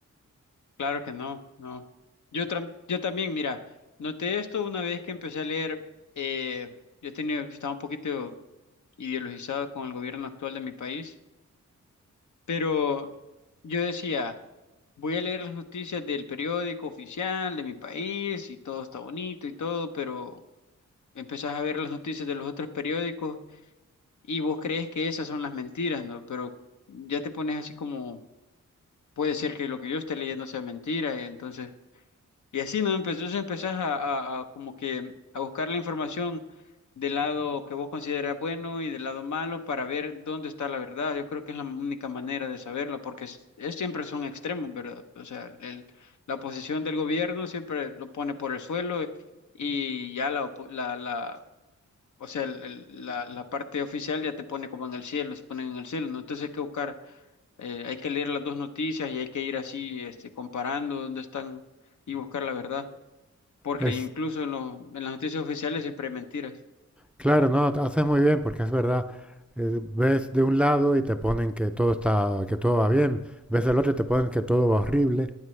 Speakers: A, on the left; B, in the centre.
A: Claro que no, no. Yo, tram- yo también, mira, noté esto una vez que empecé a leer. Eh, yo tenía, estaba un poquito ideologizado con el gobierno actual de mi país, pero yo decía, voy a leer las noticias del periódico oficial de mi país y todo está bonito y todo, pero empezás a ver las noticias de los otros periódicos y vos crees que esas son las mentiras, ¿no? Pero ya te pones así como, puede ser que lo que yo esté leyendo sea mentira, entonces Y así, ¿no? Entonces empezás a, a- a como que a buscar la información del lado que vos consideras bueno y del lado malo para ver dónde está la verdad. Yo creo que es la única manera de saberla, porque es, es- siempre son extremos, ¿verdad? O sea, el- la posición del gobierno siempre lo pone por el suelo y ya la, opo- la, la- o sea, el- el- la, la parte oficial ya te pone como en el cielo, se ponen en el cielo, ¿no? Entonces hay que buscar, eh, hay que leer las dos noticias y hay que ir así, este, comparando dónde están y buscar la verdad porque
B: Es
A: incluso en, los, en las noticias oficiales siempre hay mentiras.
B: Claro, no, haces muy bien porque es verdad. eh, ves de un lado y te ponen que todo está, que todo va bien. Ves del otro y te ponen que todo va horrible.